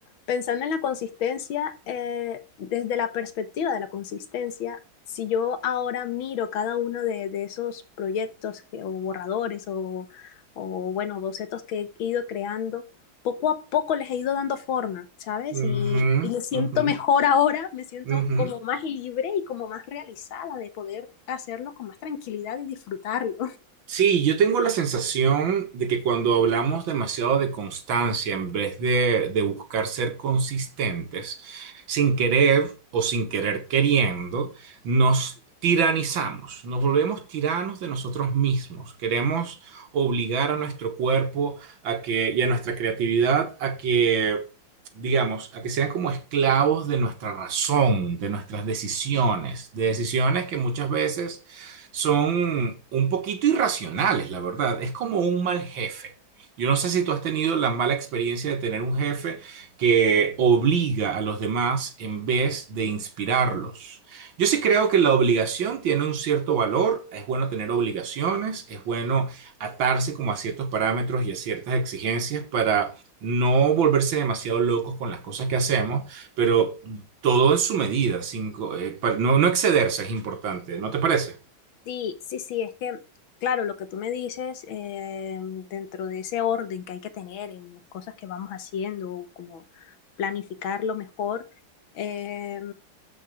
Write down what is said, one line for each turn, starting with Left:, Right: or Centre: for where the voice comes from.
Left: pensando en la consistencia, eh, desde la perspectiva de la consistencia, si yo ahora miro cada uno de, de esos proyectos que, o borradores o, o, bueno, bocetos que he ido creando, poco a poco les he ido dando forma, ¿sabes?
Right: Ujú,
Left: Y, y me siento
Right: ujú,
Left: mejor ahora, me siento
Right: ujú.
Left: como más libre y como más realizada de poder hacerlo con más tranquilidad y disfrutarlo.
Right: Sí, yo tengo la sensación de que cuando hablamos demasiado de constancia, en vez de, de buscar ser consistentes, sin querer o sin querer queriendo, nos tiranizamos, nos volvemos tiranos de nosotros mismos. Queremos obligar a nuestro cuerpo a que, y a nuestra creatividad a que, digamos, a que sean como esclavos de nuestra razón, de nuestras decisiones, de decisiones que muchas veces son un poquito irracionales, la verdad. Es como un mal jefe. Yo no sé si tú has tenido la mala experiencia de tener un jefe que obliga a los demás en vez de inspirarlos. Yo sí creo que la obligación tiene un cierto valor, es bueno tener obligaciones, es bueno atarse como a ciertos parámetros y a ciertas exigencias para no volverse demasiado locos con las cosas que hacemos, pero todo en su medida, sin co- eh, pa- no, no excederse es importante, ¿no te parece?
Left: Sí, sí, sí, es que, claro, lo que tú me dices, eh, dentro de ese orden que hay que tener en las cosas que vamos haciendo, como planificarlo mejor, eh,